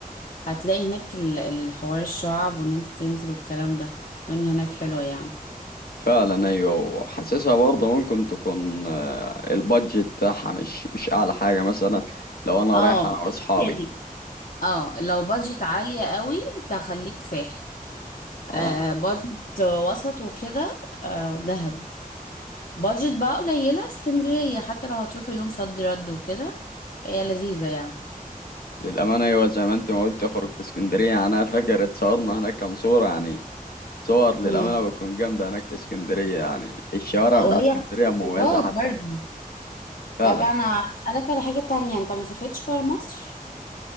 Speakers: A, on the left; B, on the left.
A: هتلاقي هناك ال- الحوار الشعاب وان انت تنزل والكلام ده الدنيا هناك حلوة يعني
B: فعلا ايوه وحاسسها برضه ممكن تكون آه، البادجت بتاعها مش مش اعلى حاجه مثلا لو انا
A: اه
B: رايح انا واصحابي
A: يعني اه لو بادجت عالية قوي انت خليك فاحل
B: اه
A: آه بادجت وسط وكده آه دهب بادجت بقى قليلة اسكندرية حتى لو هتروحوا يوم صد رد وكده هي لذيذة يعني
B: للامانه ايوه زي ما انت ما قلت خرجت اسكندريه يعني انا فاكر اتصورنا هناك كام صوره يعني صور للامانه
A: هم
B: بتكون جامده هناك في اسكندريه يعني الشوارع
A: او
B: بتاعت
A: هي
B: اسكندريه مميزه
A: خروجات
B: حتى
A: برضه
B: فعلا
A: طب انا اسألك على حاجة تانية انت ما سافرتش برا مصر